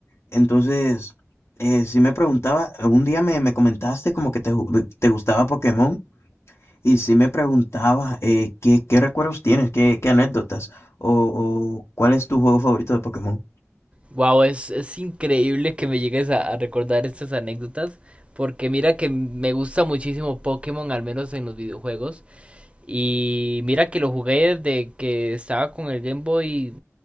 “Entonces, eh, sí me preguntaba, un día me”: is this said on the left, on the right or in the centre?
Left